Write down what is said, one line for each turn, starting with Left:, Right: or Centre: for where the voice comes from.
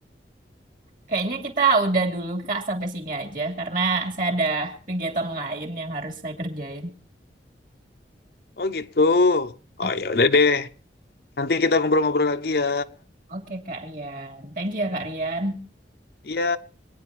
Right: kayaknya kita udah dulu Kak sampai sini aja karena saya ada kegiatan lain yang harus saya kerjain.
Left: oh gitu oh
Right: O-
Left: ya udah deh Nanti kita ngobrol-ngobrol lagi ya.
Right: Oke Kak Rian. Thank you ya Kak Rian.
Left: Iya,